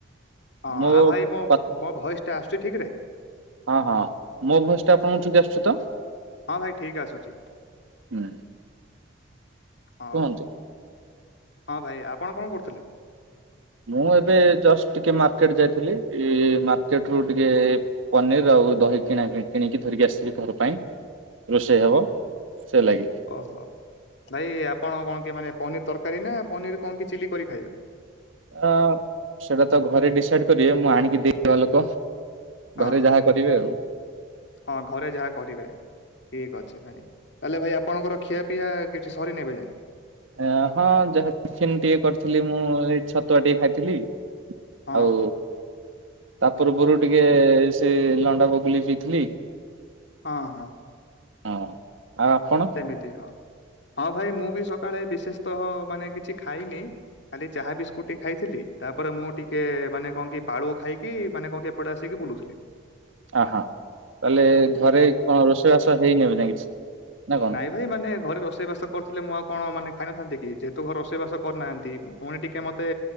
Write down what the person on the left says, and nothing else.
ହଁ
ଆଉ ଭାଇ ମୋ
ମୋ ଭଏସଟା ଆସୁଛି ଠିକରେ।
ହଁ ଭାଇ ଠିକ୍ ଆସୁଛି।
ହଉ।
ହଁ ଭାଇ ଆପଣ କଣ କରୁଥିଲେ?
ଓହୋଃ, ଭାଇ ଆପଣ କଣ କି ମାନେ ପନିର ତରକାରୀ ନା ପନିର କଣ କି ଚିଲ୍ଲି କରି ଖାଇବେ?
ହଁ
ହଁ ଘରେ ଯାହା କରିବେ, ଠିକ ଅଛି ଭାଇ। ତାହେଲେ ଭାଇ ଆପଣଙ୍କର ଖିଆପିଆ କିଛି ସରିନି ଏବେ ଯାଏଁ?
ହଁ
ହଁ
ହଁ ହଁ।
ଏମିତି ହଁ, ହଁ ଭାଇ ମୁଁ ବି ସକାଳେ ବିଶେଷତଃ ମାନେ କିଛି ଖାଇନି। କାଲି ଚାହା ବିସ୍କୁଟ ଟିକେ ଖାଇଥିଲି, ତାପରେ ମୁଁ ଟିକେ ମାନେ କଣ କି ପାଳୁଅ ଖାଇକି ମାନେ କଣ କି ଏପଟେ ଆସିକି ବୁଲୁଥିଲି।
ନାଇଁ ଭାଇ ମାନେ ଘରେ ରୋଷେଇବାସ କରୁଥିଲେ ମୁଁ ଆଉ କଣ ମାନେ ଖାଇନଥାନ୍ତି କି, ଯେହେତୁ ଘରେ ରୋଷେଇ ବାସ କରିନାହାନ୍ତି ପୁଣି ଟିକେ ମତେ